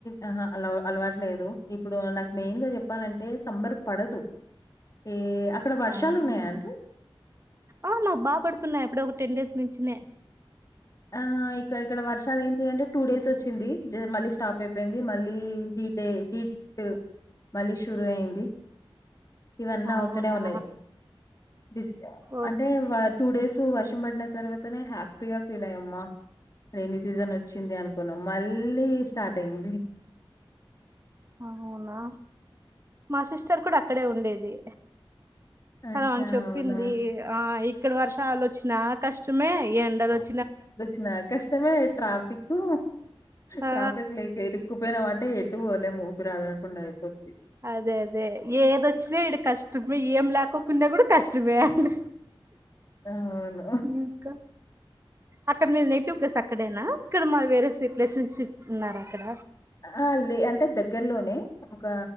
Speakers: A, on the left (about 35°); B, on the right (about 30°).
A: ఆహా అలా అలవాటులేదు ఇప్పుడు నాకు మెయిన్ గా చెప్పాలంటే సమ్మర్ పడదు ఏ అక్కడ వర్షాలున్నాయా
B: అవునా
A: అండి?
B: ఆ నాకు బాగ పడుతున్నాయి అప్పుడే ఒక టెన్ డేస్ నుంచనే
A: ఆ ఇక్కడ ఇక్కడ వర్షాలు ఏంటి అంటే టూ డేస్ వచ్చింది మళ్ళీ స్టాప్ అయిపో పొయింది మళ్ళీ హీట్ హీట్ మళ్ళీ షురు అయింది ఇవన్న అవుతూనే
B: అవునా
A: ఉన్నాయి తీస్
B: ఓకే
A: అంటే టూ డేస్ వర్ష్ ర్షం పడిన తర్వాతనే హ్యాపీగా ఫీల్ అయ్యమ్మా రైనీ సీజన్ వచ్చింది అనుకున్నాం మళ్ళీ స్టార్ట్ అయింది
B: అవునా మా సిస్టర్ కూడా అక్కడే ఉండేది
A: అచ్చా!
B: అలా అని చెప్పింది
A: అవునా!
B: ఆ ఇక్కడ వర్షాలు వచ్చినా కష్టమే ఎండలు వచ్
A: వచ్చినా కష్టమే ట్రాఫిక్
B: ఆ
A: ట్రాఫిక్ లేక ఇరుక్కుపోయినమంటే తూ వాణెమ్మో ఊపిరి ఆడకుండా అయిపోద్ది
B: అదే అదే ఏదొచ్చినా ఇడు కష్టమే ఏం ల్యాకోకున్నా కూడా కష్టమే అండి
A: అవును
B: ఇంకా అక్కడ మీరు నెగిటివ్ ప్లేస్ అక్కడేనా ఇక్కడ మా వేరే సి ప్లేస్ నుంచి ఫ్ ఉన్నార అక్కడ
A: ఆ లే అంటే దగ్గర్లోనే ఒక